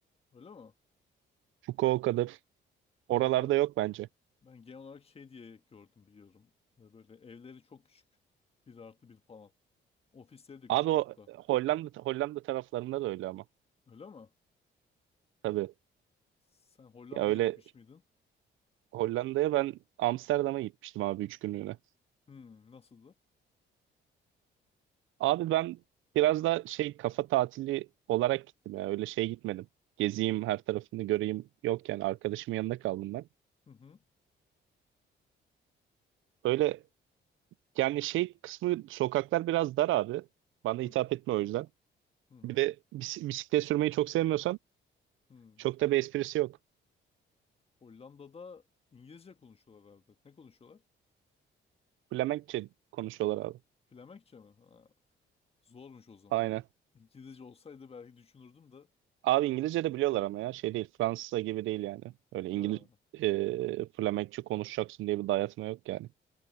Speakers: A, on the left; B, on the right.
A: öyle mi?
B: Fukuoka'dır.
A: Ben,
B: Oralarda
A: ben, gen-
B: yok bence.
A: ben genel olarak şey diye gördüm biliyorum. E, Böyle evleri çok küçük. Bir artı bir falan. Ofisleri de
B: Abi
A: küçük
B: o
A: hatta.
B: Hollanda Hollanda taraflarında da öyle ama.
A: Öyle mi?
B: Tabii.
A: Sen Hollanda'ya
B: Ya öyle
A: gitmiş miydin?
B: Hollanda'ya ben Amsterdam'a gitmiştim abi 3 günlüğüne.
A: Hmm, nasıldı?
B: Abi ben biraz da şey kafa tatili olarak gittim ya. Öyle şey gitmedim. Gezeyim her tarafını göreyim. Yok yani arkadaşımın yanında kaldım ben.
A: Hı hı.
B: Öyle yani şey kısmı sokaklar biraz dar abi. Bana hitap
A: Hı hı.
B: etme o yüzden.
A: Hı hı.
B: Bir de bis- bisiklet sürmeyi çok sevmiyorsan
A: Hı.
B: çok da bir esprisi yok.
A: Hollanda'da İngilizce konuşuyorlar herhalde. Ne konuşuyorlar?
B: Flemenkçe konuşuyorlar
A: Fl-
B: abi.
A: Flemenkçe mi? Ha, zormuş o zaman.
B: Aynen.
A: <laughs> İngilizce olsaydı belki düşünürdüm de.
B: Abi İngilizce de biliyorlar ama ya şey değil. Fransızca gibi değil yani. Öyle İngiliz
A: Ha,
B: e, Flemenkçe konuşacaksın diye bir dayatma yok yani.